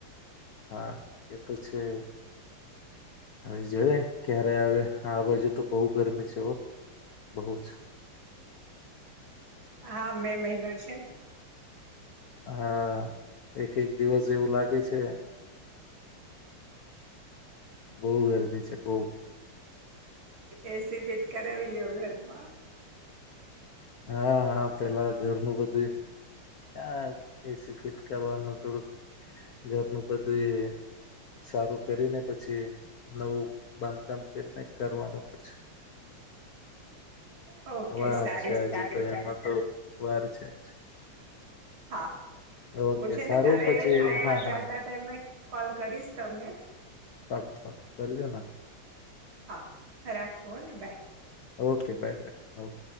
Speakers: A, on the left; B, on the right.
A: હા એ તો છે. હવે જોઈએ ક્યારે આવે આ બાજુ તો બઉ ગરમી છે હો બહું જ.
B: આ મે મહિનો છે ને
A: હા એક એક દિવસ એવું લાગે છે. બહુ ગરમી છે બહુ
B: એસી ફીટ કરાવી લેયો ઘરમાં
A: હા હા પેલા ઘરનું બધું એ આ એસી ફિટ કરવાનું થોડુંક ઘરનું બધુંય સારું કરીને પછી નવું બાંધકામ કરીને કરવાનું પછી.
B: ઓકે
A: વાર
B: સા
A: છે આજે તો એમાં તો વાર છે જ.
B: હા
A: ઓકે
B: ઓ છે
A: સારું
B: ને કાલે
A: પછી
B: શોપમાં
A: હા
B: જાતા
A: હા
B: હતામે કોલ કરીશ તમને.
A: પાક્કું પાકું કરજોન
B: હા રાખુ હને bye
A: okay bye bye okay.